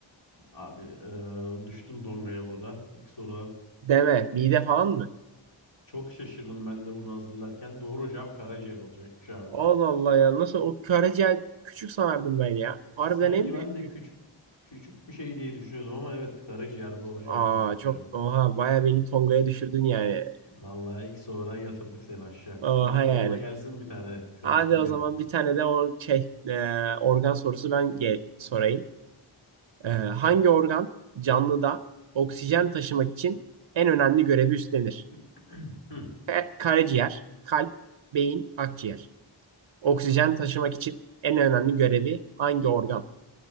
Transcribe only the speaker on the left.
Abi eee, düştüm dongaya burada ilk sorudan.
Çok şaşırdım ben de bunu hazırlarken. Doğru cevap karaciğer olacakmış abi.
Sanki
ben de küçük küçük bir şey diye düşünüyordum ama evet karaciğer doğru cevap
olacakmış
abi.
Vallahi ilk sorudan yatırdık seni aşağı.
O zaman
yolla gelsin bir tane karıştır
beni.
<clears throat> Hmm.